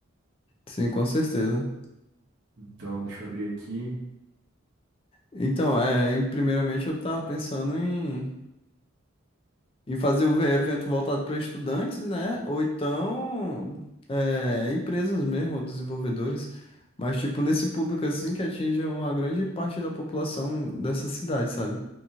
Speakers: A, on the left; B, on the right.
A: Sim, com certeza.
B: Então, deixa eu abrir aqui.
A: Então, é, em- primeiramente eu tava pensando em E fazer o evento voltado para estudantes, né? Ou então é, empresas mesmo, ou desenvolvedores. Mas, tipo, nesse público assim que atinge uma grande parte da população dessa cidade, sabe?